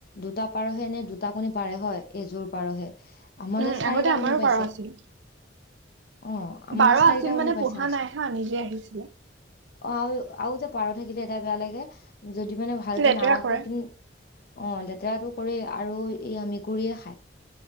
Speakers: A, on the left; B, on the right.
A: দুটা পাৰহে নে দুটা কণি পাৰে হয় এযোৰ পাৰহে আমাৰ
B: উম
A: যে চাৰিটা
B: আগতে আমাৰো
A: কণী পাইছে
B: পাৰ আছিল
A: অ', আমাৰ
B: পাৰ
A: চাৰিটা
B: আছিল
A: কণী
B: মানে
A: পাইছে
B: পোহা নাই হা নিজে আহিছিলে
A: অঁ আৰু আৰু যে পাৰ থাকিলে এটা বেয়া লাগে যদি মানে ভালকে
B: লেতেৰা
A: নাৰাখো
B: কৰে
A: কিন্তু অঁ লেতেৰাটো কৰে আৰু এয়া মেকুৰিয়ে খায়